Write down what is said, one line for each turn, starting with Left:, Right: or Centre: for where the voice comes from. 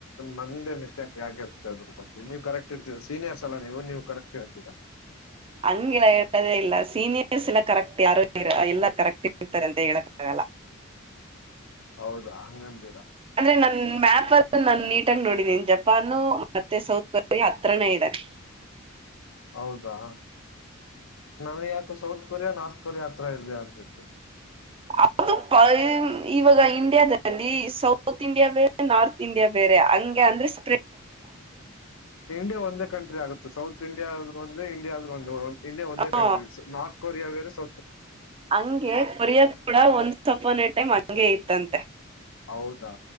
Left: ನಮ್ದೇ ಮಿಸ್ಟಾಕ್ ಯಾಕೆ ಇರ್ತದ್ರ ಬಿ ನೀವು ಕರೆಕ್ಟ್ ಇರ್ತೀರ ಸೀನಿಯರ್ಸ್ ಎಲ್ಲ ನೀವು ನೀವು ಕರೆಕ್ಟ್ ಇರ್ತೀರಾ
Right: ಹಂಗಿಲ್ಲಾ ಹೇಳದೇ ಇಲ್ಲ ಸೀನಿಯರ್ಸ್ ಎಲ್ಲ ಕರೆಕ್ಟ್ ಯಾರು ಎಲ್ಲ ಕರೆಕ್ಟ್ ಇರ್ತಾರೆ ಅಂತ ಹೇಳಕ್ಕ ಆಗಲ್ಲ
Left: ಹೌದಾ ಹಂಗ್ ನ್ದೀರಾ
Right: ಅಂದ್ರೆ ನನ್ ಮ್ಯಾಪ್ ನಾನು ನೀಟಾಗಿ ನೋಡಿದ್ದೀನಿನ್ ಜಪ್ಪ. ಮತ್ತೆ ಸೌತ್ ಕೊರಿಯಾ ಹತ್ರನೇ ಇದ್ದಾರೆ.
Left: ಹೌದಾ ನಾವ ಯ. ಸೌತ್ ಕೊರಿಯಾ ನಾರ್ತ್ ಕೊರಿಯಾ ಹತ್ರ ಇದೆ ಅನ್ಸಿತ್ತು.
Right: ಅ ಇವಾಗ ಇಂಡಿಯಾದಲ್ಲಿ ಸೌತ್ ಇಂಡಿಯಾ ಬೇರೆ ನಾರ್ತ್ ಇಂಡಿಯಾ ಬೇರೆ ಹಂಗೆ ಅಂದ್ರೆ ಸ್.
Left: ಇಂಡಿಯಾ ಒಂದೇ ಕಂಟ್ರಿ ಆಗುತ್ತೆ. ಸೌತ್ ಇಂಡಿಯಾಾದ ಆದ್ರು ಒಂದೆ ಇಂಡಿಯಾದ್ರರು ಒಂದು. ಇಂಡಿಯಾ ಒಂದೇ
Right: ಹ
Left: ಕಂಟ್ರಿ ಸ ನಾರ್ತ್. ಕೊರಿಯಾಗರೆ ಸ.
Right: ಹಂಗೆ ಕೊರಿಯ ಕೂಡ ಒಂದ ಸ್ವಪನನೆ ಟೈಮ್ ಹಂಗಗೆ ಇತ್ತಂತೆ
Left: ಹೌದಾ